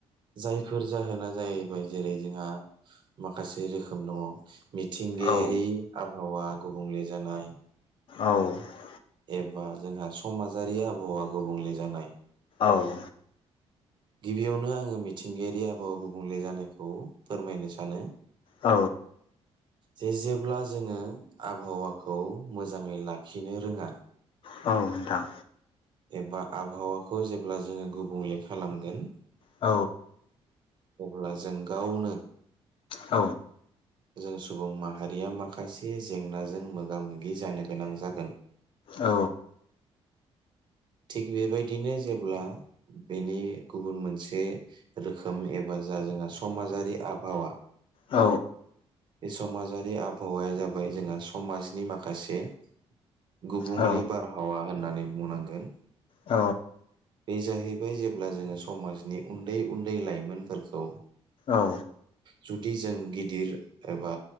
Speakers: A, on the right; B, on the left.
A: जायफोर जाहोना जाहैबाय जेरै जोंहा माखासे रोखोम दङ' मिथिंगायारि
B: औ
A: आबहावा गुबुंले जानाय
B: औ
A: एबा जोंहा समाजारि आबहावा गुबुंले जानाय।
B: औ
A: गिबियावनो आङो मिथिंगायारि आबहावा गुबुंले जानायखौ फोरमायनो सानो
B: औ
A: जे जेब्ला जोङो आबहावाखौ मोजाङै लाखिनो रोङा
B: औ नोंथां
A: एबा आबहावाखौ जेब्ला जोङो गुबुंले खालामगोन
B: औ
A: अब्ला जों गावनो
B: औ
A: जों सुबुं माहारिया माखासे जेंनाजों मोगा मोगि जानो गोनां जागोन।
B: औ
A: थिग बेबायदिनो जेब्ला बेनि गुबुन मोनसे रोखोम एबा जा जोंहा समाजारि आबहावा
B: औ
A: बे समाजारि आबहावाया जाबाय जोंहा समाजनि माखासे गुबुंले
B: औ
A: बारहावा । होननानै बुंनांगोन।
B: औ
A: बे जाहैबाय जेब्ला जोङो समाजनि उन्दै उन्दै लाइमोनफोरखौ
B: औ।
A: जुदि जों गिदिर एबा